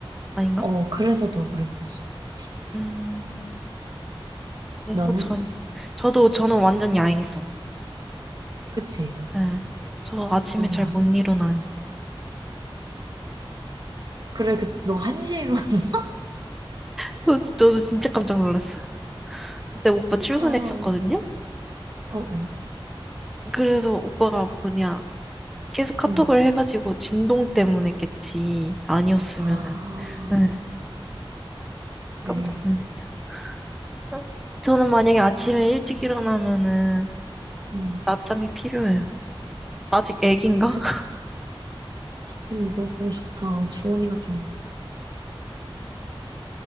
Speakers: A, in the centre; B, on the right.
A: 아닌가?
B: 어, 그래서 더 그랬을 수 있지.
A: 음, 그래서
B: 너는?
A: 전, 저도, 저는 완전 야행성.
B: 그치?
A: 예. 저 아침에
B: 그런
A: 잘
B: 거 같아.
A: 못 일어나요.
B: 그래, 그, 너 한시에 일어나니까.
A: 저 진짜, 진짜 깜짝 놀랐어요. 그때 오빠
B: <laughs>
A: 출근했었거든요?
B: 어, 어,
A: 그래서 오빠가 뭐냐, 계속 카톡을
B: 응.
A: 해가지고 진동 때문에겠지. 아니었으면은.
B: 아,
A: 예. 깜짝
B: 그래.
A: 놀랐죠. 응. 저는 만약에 아침에 일찍 일어나면은
B: 응,
A: 낮잠이 필요해요. 아직 애긴가?
B: 그치.
A: <laughs>
B: 근데 너무 좋다. 주원이가 좀.